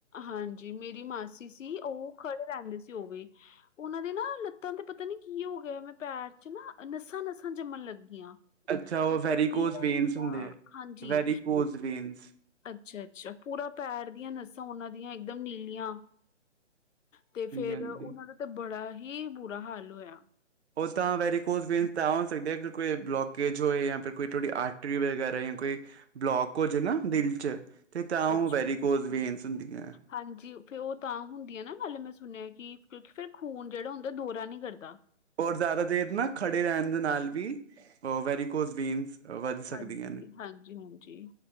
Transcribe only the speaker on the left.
ਹਾਂਜੀ, ਮੇਰੀ ਮਾਸੀ ਸੀ ਉਹ ਖੜੇ ਰਹਿੰਦੇ ਸੀ ਉਹ ਵੀ। ਉਹਨਾਂ ਦੇ ਨਾ ਲੱਤਾਂ ਤੇ ਪਤਾ ਨੀ ਕੀ ਹੋਗਿਆ, ਮੈਂ ਪੈਰ'ਚ ਨਾ ਨਸਾਂ-ਨਸਾਂ ਜੰਮਣ ਲੱਗੀਆਂ।
ਇੱਕਦਮ
ਨੀਲਾ-ਨੀਲਾ,
ਹਾਂਜੀ
ਅੱਛਾ-ਅੱਛਾ, ਪੂਰਾ ਪੈਰ ਦੀਆਂ ਨਸਾਂ ਉਹਨਾਂ ਦੀਆਂ ਇਕਦਮ ਨੀਲੀਆਂ ਤੇ
ਫੇਰ,
ਉਹਨਾਂ ਦਾ ਤੇ ਬੜਾ ਹੀ ਬੁਰਾ ਹਾਲ ਹੋਇਆ।
ਅੱਛਾ।
ਹਾਂਜੀ, ਫੇਰ ਉਹ ਤਾਂ ਹੁੰਦੀਆਂ ਨਾ ਮਤਲਬ ਮੈਂ ਸੁਣਿਆ, ਕਿ ਕਿਉਂਕਿ ਫਿਰ ਖੂਨ ਜਿਹੜਾ ਹੁੰਦਾ ਦੋਰਾ ਨਹੀਂ ਕਰਦਾ।
ਹਾਂਜੀ-ਹਾਂਜੀ,
ਹਾਂਜੀ,